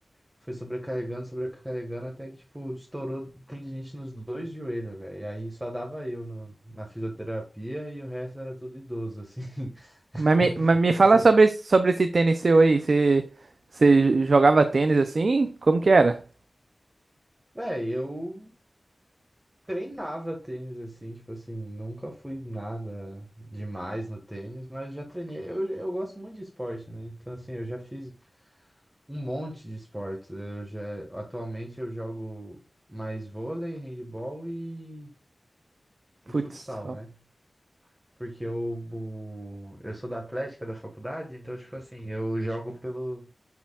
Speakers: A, on the right (about 20°); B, on the right (about 75°).
A: foi sobrecarregando, sobrecarregando, até que, tipo, estourou tendinite nos dois joelhos, velho. E aí só dava eu no- na fisioterapia e o resto era tudo idoso, assim. <laughs>
B: Mas me, mas me
A: Tipo
B: fala
A: assim,
B: sobre, esse- sobre esse tênis seu aí. Você, você jogava tênis assim? Como que era?
A: velho, eu treinava tênis, assim, tipo assim, nunca fui nada demais no tênis, mas já treinei. Eu, eu gosto muito de esporte, né? Então, assim, eu já fiz. Um monte de esportes. É, Eu já, atualmente eu jogo mais vôlei, handebol e,
B: Putz,
A: e futsal, né? Porque eu, o- eu sou da Atlética da faculdade, então, tipo assim, eu jogo pelo,